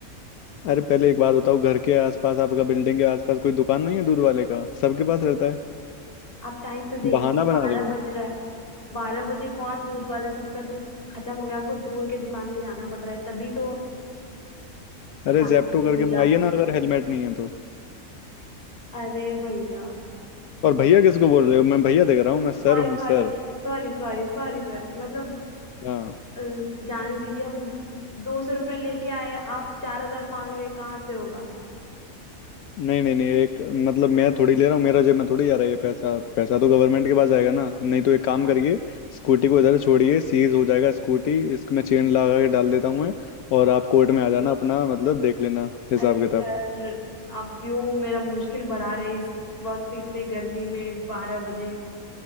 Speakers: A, on the left (about 85°); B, on the left (about 40°).
A: अरे पहले एक बात बताओ घर के आसपास आपका बिल्डिंग के आसपास कोई दुकान नहीं है दूध वाले का सबके पास रहता है
B: आप टाइम तो देखिए
A: बहाना बना
B: बारह
A: रहे
B: बज
A: हो
B: रहा है बारह बजे कौन दूध वाला सबका दूध खत्म हो गया हमको दूर के दुकान में जाना पड़ रहा है तभी तो
A: अरे
B: जानते
A: जेप्टो
B: थे
A: करके
B: भैया
A: मंगाइए ना अगर हेलमेट नहीं है तो
B: अरे भैया
A: और
B: जानते
A: भैया किसको बोल
B: थे,
A: रहे हो मैं भैया देख रहा हूँ मैं सर
B: sorry
A: हूँ
B: sorry
A: सर
B: Sorry sorry sorry sir मतलब
A: हाँ
B: अ, जाने दीजिए हम दो सौ रुपये लेके आए आप चार हजार मांग रहे हैं, कहाँ से होगा
A: नहीं नहीं नहीं एक मतलब मैं थोड़ी ले रहा हूँ मेरा जेब में थोड़ी जा रहा है ये पैसा पैसा तो गवर्नमेंट के पास जाएगा ना नहीं तो एक काम करिए स्कूटी को इधर छोड़िए सीज हो जाएगा स्कूटी इसमें चेन लगा के डाल देता हूँ मैं और आप कोर्ट में आ जाना अपना मतलब देख लेना हिसाब
B: अरे
A: किताब
B: सर आप क्यों मेरा मुश्किल बढ़ा रहे इस वक्त इतने गर्मी में बारह बजे